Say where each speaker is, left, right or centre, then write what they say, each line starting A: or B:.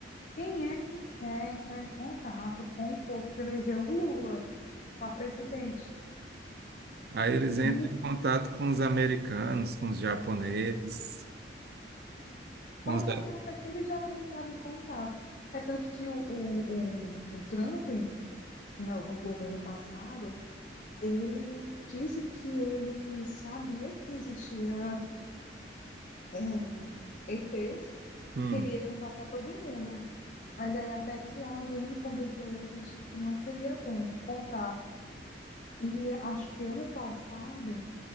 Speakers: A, on the left; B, on the right.
A: Quem é que quer entrar em contato com o povo que elegeu o Lula para presidente?
B: Aí eles entram
A: Hum,
B: em contato com os americanos, com os japoneses, com
A: Passa
B: os...
A: a ser até que eles já tenham entrado em contato. É tanto que o, o, o, o Trump, no no governo passado, Ele dizem que ele sabia que existia é, ETs
B: Hum,
A: e queria contar para todo mundo. Mas aí até que alguém convenceu ele de que não seria bom contar. E acho que ano passado